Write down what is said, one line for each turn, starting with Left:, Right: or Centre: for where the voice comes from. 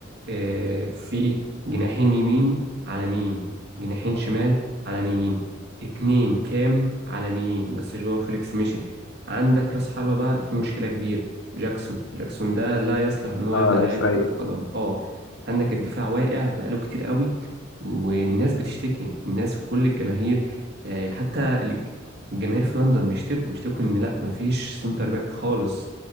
Right: آه، في جناحين يمين على مين جناحين شمال على مين اتنين كام على مين بس جواو فيليكس مشي عندك راس حربة بقى في مشكلة كبيرة جاكسون جاكسون ده لا يصلح ان هو
Left: لا
Right: يبقى
Left: لعيب
Right: لعيب
Left: سيء
Right: كرة قدم اه عندك الدفاع واقع بقاله كتير قوي والناس بتشتكي الناس وكل الجماهير آه، حتى الج- الجماهير في لندن بيشتكوا بيشتكوا ان لا مفيش سنتر باك خالص